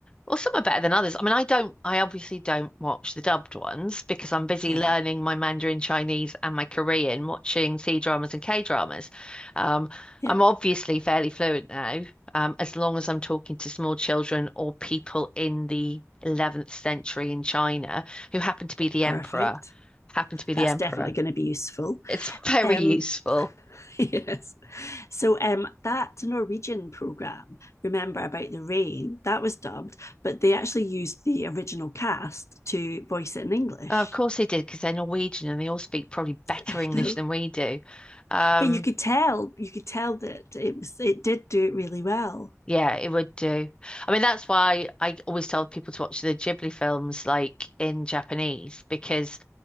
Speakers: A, on the left; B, on the left.
A: well, some are better than others. I mean, I don't, I obviously don't watch the dubbed ones because I'm busy
B: yeah,
A: learning my Mandarin Chinese and my Korean, watching C dramas and K dramas. Um,
B: yeah,
A: I'm obviously fairly fluent now, um, as long as I'm talking to small children or people in the 11th century in China who happen to be the
B: perfect.
A: emperor, happen to be
B: That's
A: the emperor.
B: definitely going to be useful.
A: It's <laughs> very
B: Um,
A: useful.
B: <laughs> yes. So um, that Norwegian program, remember about the rain, that was dubbed, but they actually used the original cast to voice it in English.
A: Uh, of course they did because they're Norwegian and they all speak probably
B: <laughs>
A: better
B: I
A: English
B: know,
A: than we do. Um,
B: but you could tell, you could tell that it was, it did do it really well.
A: yeah, it would do. I mean, that's why I always tell people to watch the Ghibli films like in Japanese because